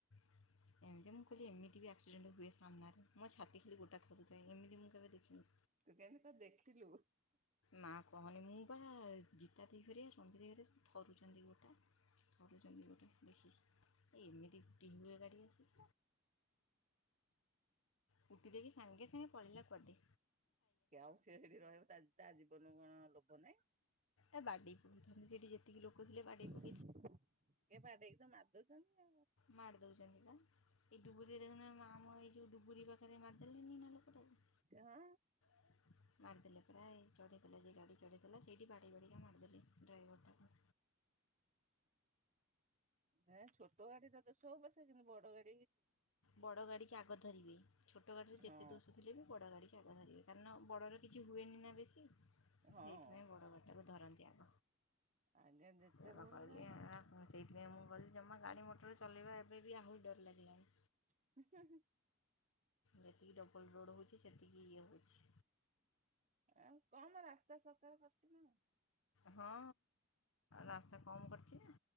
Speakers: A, on the left; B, on the right.
A: <inaudible> ଏମିତି ମୁଁ କହିଲି ଏମିତି ବି ଆକ୍ସିଡେଣ୍ଟ ହୁଏ ସାମ୍ନାରେ ମୋ ଛାତି ଖାଲି ଗୋଟା ଥରୁଥାଏ ଏମିତି ମୁଁ କେବେ ଦେଖିନି।
B: ତୁ କେମିତି କ ଦେଖିଲୁ।
A: ମା କହନି ମୁଁ ବାରା ଜିତା ଦେଇ ଘରିଆ ସନ୍ଧି ଦେଇ ଘରିଆ ଥରୁଛନ୍ତି ଗୋଟା। କରୁଛନ୍ତି ଗୋଟେ ଦେଖି ଏମିତି ଗୁଟି ହୁଏ ଗାଡ଼ି ଆସ। କୁଟି ଦେଇକି ସାଙ୍ଗେ ସାଙ୍ଗେ ପଳେଇଲା କୁଆଡେ।
B: କି ଆଉ ସି ସେଠି ରହିବ ତା ଜୀବନରୁ କଣ ଲୋଭ ନାହିଁ।
A: ଏ ବାଡ଼େଇ ସେଇଠି ଯେତିକି ଲୋକ ଥିଲେ ବାଡ଼େଇ ପଡ଼ୁ
B: ଏ ବାଡେଇକି ତ ମାରି ଦଉଛନ୍ତି ଆଉ।
A: ମାରି ଦଉଛନ୍ତିବା। ଏଇଡୁବୁରିରେ ଦେଖୁ ମା ଆମ ଏଇ ଯୋଉ ଡୁବୁରି ପାଖରେ ମାରିଦେଲେଣିି ନା ଲୋକଟାକୁ।
B: ସେ ହଁ।
A: <inaudible> ମାରିଦେଲେ ପ୍ରାୟ ଏଇ ଚଢ଼େଇ ଦେଲେ ଯେ ଗାଡ଼ି ଚଢ଼େଇଥିଲା ସେଇଠି ବାଡେଇ ବାଡ଼ିକା ମାରିଦେଲେ ଡ୍ରାଇଭରଟାକୁ।
B: ନାଁ ଛୋଟ ଗାଡିଟା ଦେଖିବ ପଛେ କିନ୍ତୁ ବଡ ଗାଡି
A: ବଡ଼ ଗାଡ଼ିିକି ଆଗ ଧରିବେ ଛୋଟ ଗାଡ଼ିରେ
B: ହଁ।
A: ଯେତେ ଦୋଷ ଥିଲେ ବି ବଡ଼ ଗାଡ଼ିିକି ଆଗ ଧରିବେ। କାରଣ ବଡ଼ର କିଛି ହୁଏନି ନା ବେଶୀ
B: ହଁ
A: ସେଇଥିପାଇଁ ବଡ଼ ଘରଟାକୁ ଧରନ୍ତି ଆଗ।
B: ଆଜ୍ଞା ଯେତେ
A: ଦେବ
B: ଭୁଲ
A: କହିଲି
B: ଥାଉ
A: ଆ ଆ କହୁଛି <unintelligible> ସେଇଥିପାଇଁ ମୁଁ ଗଲି ଜମା ଗାଡ଼ି ମଟର ଚଲେଇବା ଏବେ ବି ଆହୁରି ଡର ଲାଗିଲାଣି।
B: <unintelligible>
A: ଯେତିକି ଡବଲ୍ ରୋଡ଼୍ ହେଉଛି ସେତିକି ଇଏ ହେଉଛି।
B: ଆଉ କମ୍ ରାସ୍ତା ସଫା କରିଥିଲେ ନା କଣ?
A: ହଁ ରାସ୍ତା କମ୍ କରିଛି ନା